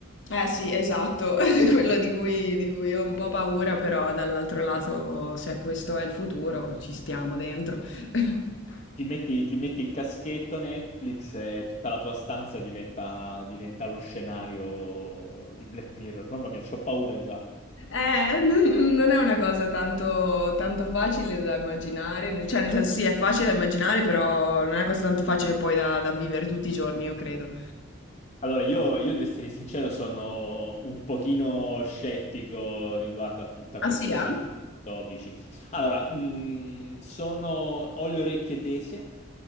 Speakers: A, on the left; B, on the left.
A: Eh sì, esatto, <laughs> quello di cui, di cui ho un po' paura, però dall'altro lato, se questo è il futuro, ci stiamo dentro. <laughs>
B: Ti metti, ti metti il caschetto Netflix e tutta la tua stanza diventa, diventa lo scenario di Black Mirror. Mamma mia, c'ho paura già.
A: Eh, non non è una cosa tanto, tanto facile da immaginare, nel- cioè nel senso sì, è facile da immaginare, però non è una cosa tanto facile poi da, da vivere tutti i giorni, io credo.
B: Allora, io, io ad essere sincero sono un pochino scettico riguardo appunto a
A: Ah
B: questi
A: sì, eh?
B: scenari distopici. Allora, mh, sono, ho le orecchie tese